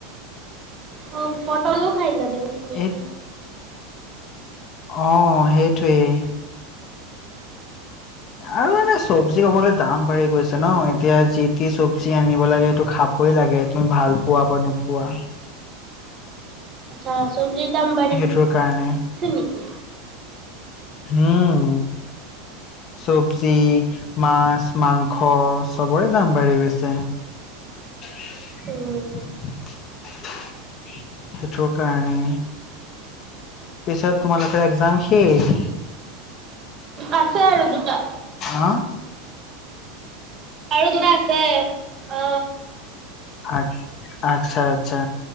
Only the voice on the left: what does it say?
এই অ সেইটোৱেই। আৰু এনে চবজি খাবলৈ দাম বাঢ়ি গৈছে ন, এতিয়া যি টি চবজি আনিব লাগে, সেইটো খাবই লাগে তুমি ভাল পোৱা বা নোপোৱা।
সেইটোৰ কাৰণে
উম, চবজি, মাছ মাংস চবৰে দাম বাঢ়ি গৈছে, সেইটোৰ
কাৰণে। পিছত তোমালোকৰ একজাম শেষ।
হা?
আ, আচ্ছা আচ্ছা,